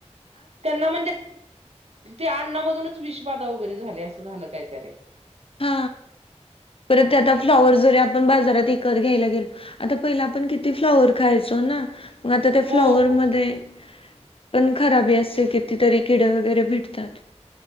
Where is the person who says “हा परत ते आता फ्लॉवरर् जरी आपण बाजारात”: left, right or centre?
Left